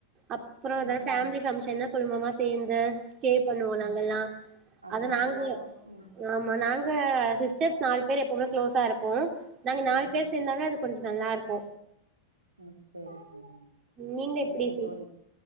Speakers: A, on the right; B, on the right.
A: அப்ற
B: ம்
A: எதா ஃபேமிலி
B: ம்
A: பங்க்ஷன்னா குடும்பமா சேந்து ஸ்டே பண்ணுவோ
B: ம்
A: நாங்கெல்லா
B: அதெல்லா
A: அத நாங்க
B: நல்லா இருக்கு ம்
A: ஆமா நாங் க சிஸ்டர்ஸ் நாலு பேர் எப்பவுமே க்ளோஸா இருப்போ நாங்க நாலு
B: ம்
A: பேர்
B: ம்
A: சேந்தாவே அது கொஞ்ச நல்லாருக்கு
B: ம் செரி செரிங்க
A: நீங்க
B: செரிங்க
A: எப்டி சி
B: தோழி